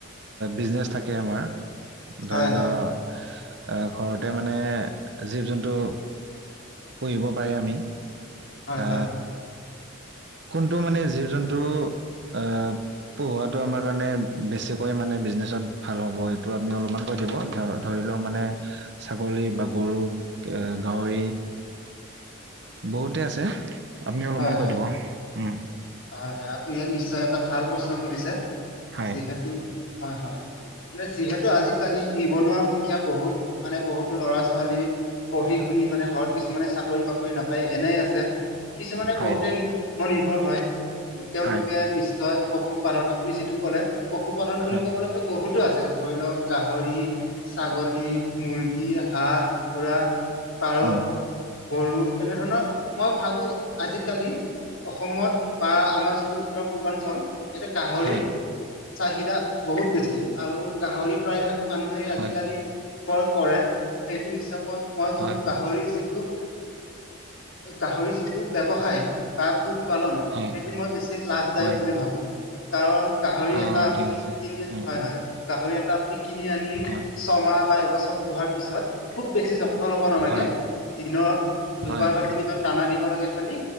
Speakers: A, on the right; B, on the left.
A: বিজনেচ থাকে আমাৰ
B: হয়
A: ধৰি
B: হয় হয়
A: লও আহ ঘৰতে মানে জীৱ জন্তু পুহিব পাৰি আমি
B: হয়
A: আ কোনটো মানে জীৱ জন্তু আহ পোহোৱা আমাৰ কাৰণে বেছিকৈ মানে বিজনেচত ভাল হ'ব এইটো আপুনি অলপমান কৈ দিব ধৰ ধৰি লওক মানে ছাগলী বা গৰু গাহৰি বহুতে আছে আপুনি অলপমান
B: হয় হয়
A: কৈ দিব উম
B: হয় হয় আপুনি নিশ্চয় এটা ভাল প্ৰশ্ন সুধিছে
A: হয়
B: যিহেতু হয় হয় মানে যিহেতু আজিকালি নিবনুৱাৰ সংখ্যা বহুত মানে বহুতো ল'ৰা ছোৱালী পঢ়ি শুনি মানে ঘৰত কিছুমানে চাকৰি বাক কৰি নাপায় এনেই আছে কিছুমানে
A: হয়
B: বহুতে আত্মনিৰ্ভৰ হয় তেওঁলোকে
A: হয়
B: নিশ্চয় পশুপালন আপুনি যিটো কলে পশুপালন বুলি
A: হয়
B: ক'বলৈ গলে বহুতো আছে ধৰি লওক গাহৰি, ছাগলী, মুৰ্গী, হাঁহ কুকুৰা পাৰ,
A: উম
B: গৰু তেনেধৰণৰ মই ভাবোঁ আজিকালি অসমত বা আমাৰ যিটো উত্তৰ পূৰ্বাঞ্চল ইয়াতে গাহৰি
A: হয়
B: চাহিদা বহুত বেছি আৰু গাহৰি প্ৰায়ভাগ মানুহে
A: হয়
B: আজিকালি ক্ৰয় কৰে সেইটো হিচাপত মই ভাবো
A: হয়
B: গাহৰি যিটো গাহৰি যিটো ব্যৱসায় বা পোহ পালন
A: হয়
B: সেইটো মই বেছি লাভদায়ক
A: হয়
B: বুলি ভাবো কাৰণ গাহৰি
A: অ
B: এটা আপুনি
A: ঠিক আছে
B: কিনি আনি
A: উম
B: হয়
A: উম
B: হয় গাহৰি এটা আপুনি কিনি আনি
A: হয়
B: ছমাহ বা এবছৰ পোহোৱাৰ পিছত খুব বেছি চ নল'ব নালাগে
A: হয়
B: দিনত দুবাৰ
A: হয়
B: বা তিনিবাৰ দানা দিব লাগে খালি